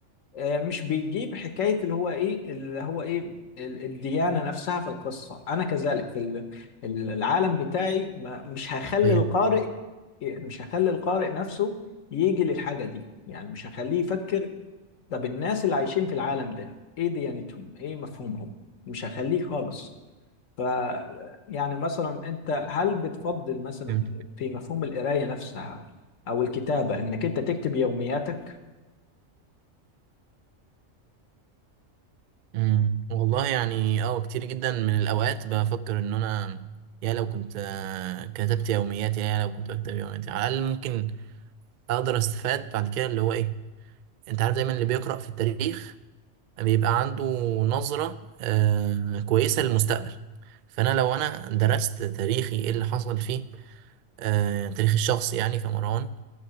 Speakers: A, on the left (about 80°); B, on the right (about 75°).
A: آه، مش بيجيب حكاية اللي هو إيه اللي هو إيه ال- الديانة نفسها في القصة أنا كذلك في ال- ال- العالم بتاعي ما مش هخلي
B: أيوه
A: القارئ مش هخلي القارئ نفسه يجي للحاجة دي يعني مش هخليه يفكر طب الناس اللي عايشين في العالم ده إيه ديانتهم إيه مفهومهم مش هخليه خالص ف يعني مثلا أنت هل بتفضل مثلا
B: أيوه.
A: في مفهوم القراية نفسها أو الكتابة إنك أنت تكتب يومياتك
B: امم والله يعني اه كتير جدا من الاوقات بفكر ان انا يا لو كنت آه، كتبت يومياتي يا لو كنت بكتب يومياتي على الاقل ممكن اقدر استفاد بعد كده اللي هو ايه انت عارف دايما اللي بيقرأ في التاريخ بيبقى عنده نظرة آه كويسة للمستقبل فانا لو انا درست تاريخي ايه اللي حصل فيه آه تاريخ الشخص يعني كمروان